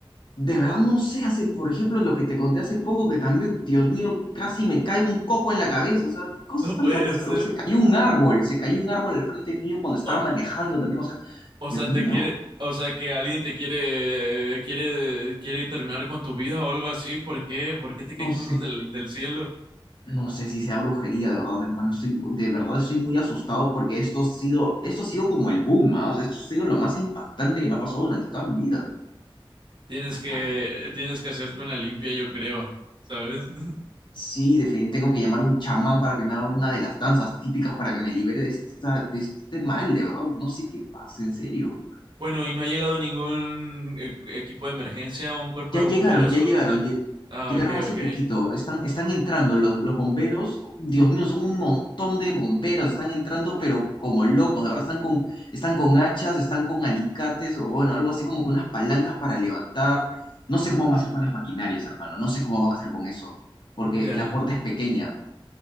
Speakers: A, on the left; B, on the right.
A: De verdad no sé, hace, por ejemplo, lo que te conté hace poco, que también, Dios mío, casi me cae un coco en la cabeza. O sea, qué
B: <laughs>
A: cosas
B: No
A: tan
B: puede
A: catastróficas.
B: ser.
A: Se cayó un árbol, se cayó un árbol al frente mío cuando estaba
B: O-
A: manejando también. O sea,
B: O
A: Dios
B: sea,
A: mío,
B: te quiere, o sea, que alguien te quiere, quiere, quiere terminar con tu vida o algo así. ¿Por qué? ¿Por qué te
A: no
B: caen
A: sé,
B: cosas del, del cielo?
A: no sé si sea brujería, de verdad, hermano. Estoy, de verdad estoy muy asustado porque esto ha sido, esto ha sido como el boom, ¿ah? O sea, esto ha sido lo más impactante que me ha pasado durante toda mi vida.
B: Tienes
A: What
B: que,
A: the
B: tienes que hacerte una limpia, yo creo, ¿sabes? <laughs>
A: Sí, definitivamente tengo que llamar a un chamán para que me haga una de las danzas típicas para que me libere de, esta, de este mal, de verdad. No sé qué pasa, en serio.
B: Bueno, ¿y no ha llegado ningún eh, equipo de emergencia, un cuerpo
A: Ya
B: de
A: llegaron,
B: bomberos
A: ya
B: o algo
A: llegaron,
B: así?
A: lle-
B: Ah,
A: llegaron
B: ok,
A: hace
B: ok.
A: poquito. Están, están entrando los, los bomberos. Dios mío, son un montón de bomberos. Están entrando, pero como locos. De verdad, están con, están con hachas, están con alicates, o bueno, algo así como con unas palancas para levantar. No sé cómo van a hacer con las maquinarias, hermano. No sé cómo van a hacer con eso. Porque
B: Ya,
A: la puerta es pequeña.